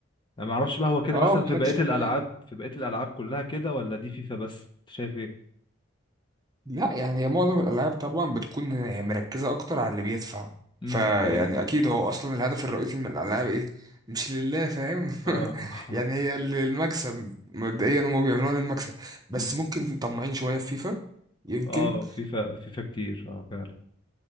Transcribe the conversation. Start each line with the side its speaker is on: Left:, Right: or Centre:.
Left: يعني ما اعرفش بقى هو كده
Right: اه
Left: مثلا
Right: مالكش
Left: في بقية
Right: مكان
Left: الالعاب في بقية الالعاب كلها كده ولا دي فيفا بس أنت شايف ايه
Right: لا يعني هي معظم الالعاب طبعا بتكون هي مركزة اكتر على اللي بيدفع
Left: امم
Right: فيعني
Left: دي حقيقة
Right: اكيد هو اصلا الهدف الرئيسي من الالعاب ايه مش لله فاهم
Left: اه
Right: <laughs> يعني هي المكسب مبدئيا هم بيعملوها للمكسب
Left: <laughs>
Right: بس
Left: أمم.
Right: ممكن طماعين شوية في فيفا يمكن
Left: اه فيفا فيفا كتير اه فعلا